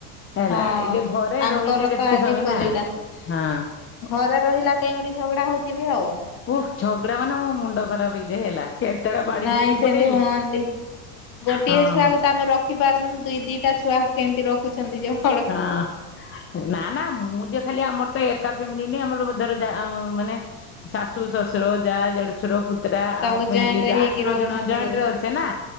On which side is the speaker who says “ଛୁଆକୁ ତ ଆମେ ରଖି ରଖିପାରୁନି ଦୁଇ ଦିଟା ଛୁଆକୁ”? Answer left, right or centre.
Left